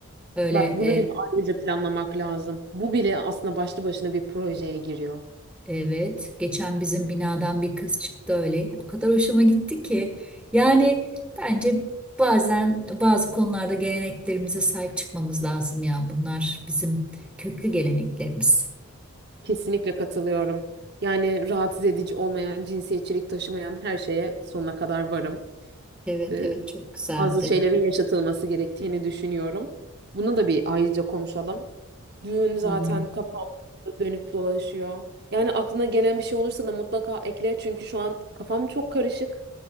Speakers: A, in the centre; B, on the right.
A: Öyle
B: Bak bunu bile ayrıca planlamak lazım. Bu bile aslında başlı başına bir projeye giriyor.
A: Evet, geçen bizim binadan bir kız çıktı öyle. O kadar hoşuma gitti ki. Yani bence bazen bazı konularda geleneklerimize sahip çıkmamız lazım ya. Bunlar bizim köklü geleneklerimiz.
B: Kesinlikle katılıyorum. Yani rahatsız edici olmayan, cinsiyetçilik taşımayan her şeye sonuna kadar varım.
A: Evet
B: Ee,
A: evet çok güzeldi.
B: bazı şeylerin yaşatılması gerektiğini düşünüyorum. Bunu da bir ayrıca konuşalım. Düğün zaten
A: Hmm.
B: kafamda dönüp dolaşıyor. Yani aklına gelen bir şey olursa da mutlaka ekle. Çünkü şu an kafam çok karışık.